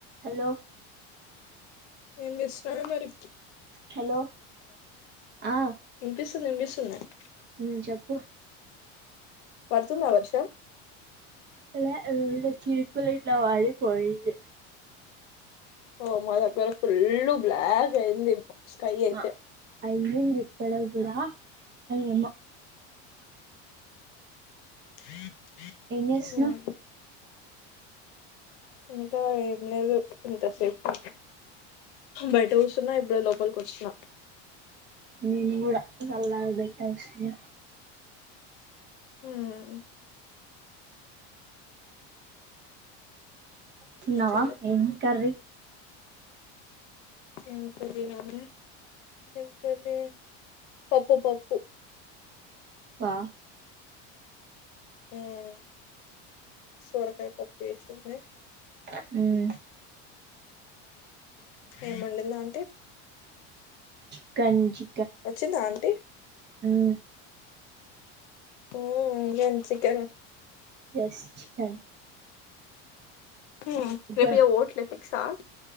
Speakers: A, on the right; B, on the left.
A: hello
B: ఏం చేస్తున్నావే మరి
A: హలో ఆ
B: ఇనిపిస్తుం ఇనిపిస్తునాయ్
A: ఉమ్ చెప్పు
B: పడుతుందా వర్షం
A: లే ఉరికే చినుకులు ఇట్లా పడిపోయింది
B: ఓ మొదటి వరుకు ఫుల్ బ్లాక్ అయింది స్కై అయితే
A: ఆ అయిన్ ఇక్కడ కూడా ఏమో
B: హ్మ్
A: చేస్తున్నావ్
B: ఇంకా ఏం లేదు ఇంతసేపు బయట కూసున్నా ఇప్పుడే లో పల్క్ వచ్చిన
A: నేను కూడ సల్లగా బయటా కూసున్న
B: హ్మ్
A: తిన్నావా
B: ఇంకా మరి
A: ఏం కార్రీ
B: ఏం కర్రీ కాదే ఏం కర్రీ పప్పు పప్పు
A: పా
B: హ్మ్ సోరకాయ పప్పు చేసింది
A: హ్మ్
B: ఏం వండినా అంటే
A: చికన్ చి
B: వచ్చిందా ఆంటీ
A: హ్మ్
B: పో ఇంగేం చికెన్
A: ఎస్ చికెన్
B: హ్మ్
A: అబ్బా
B: రేపు ఇయా ఓట్ల ఫిక్స్ ఆహ్